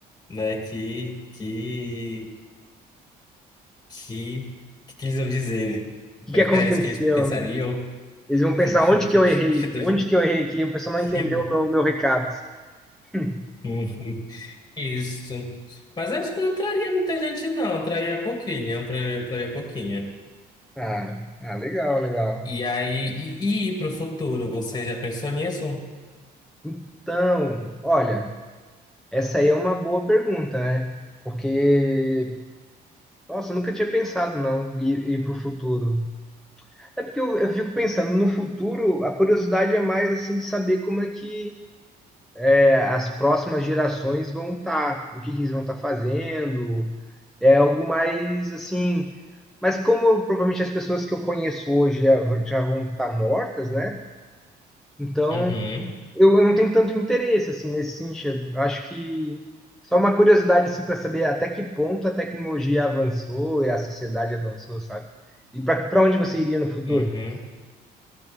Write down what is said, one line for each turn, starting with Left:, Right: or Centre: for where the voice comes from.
Left: né? Que que que que, que eles iam dizer?
Centre: que
Left: Será
Centre: que aconteceu,
Left: que era isso que eles pensariam?
Centre: né? Eles vão
Left: <laughs>
Centre: pensar onde que eu errei,
Left: Que doido.
Centre: onde que eu errei aqui, o pessoal
Left: Que-
Centre: não entendeu o meu, meu recado. <laughs>
Left: Uhum. <laughs> Isso. Mas acho que eu não traria muita gente, não. Eu traria pouquinha, eu traria, eu traria pouquinha.
Centre: Ah, ah, legal, legal.
Left: E aí, e, e para futuro, você já pensou nisso?
Centre: Então, olha, essa aí é uma boa pergunta, né? Porque, nossa, eu nunca tinha pensado não ir, ir para o futuro. É porque eu, eu fico pensando, no futuro, a curiosidade é mais assim de saber como é que é, as próximas gerações vão estar, o que que eles vão estar fazendo. É algo mais assim. Mas como provavelmente as pessoas que eu conheço hoje já, já vão estar mortas, né? Então
Left: Uhum,
Centre: eu, eu não tenho tanto interesse assim nesse sentido. Eu acho que só uma curiosidade assim para saber até que ponto a tecnologia avançou e a sociedade avançou, sabe? E para para onde você iria no futuro?
Left: uhum.